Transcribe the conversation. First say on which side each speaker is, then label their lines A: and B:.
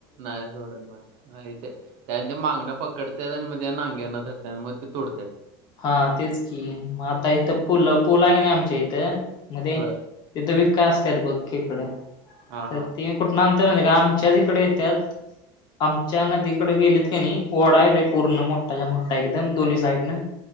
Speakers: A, on the right (about 55°); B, on the left (about 35°).
A: नाही, सोडच नाही. ह ते त्यान ते मागना पकडतात आणि मग नांग्यांना रत मग ते तोडतात.
B: हा तेच की, मग आता इथ पूल पूल आहे ना आमच्या इथ, मध्ये
A: बर
B: इथ वीका असत बघ, केकडा
A: हा
B: तर
A: हा
B: ते कुठ आमच्या इकडे येतात, आमच्या नदी- डे गेलीत का नाही, ओडा आहे रे पूर्ण मोठा ज्या मोठा एकदम दोन्ही साईड न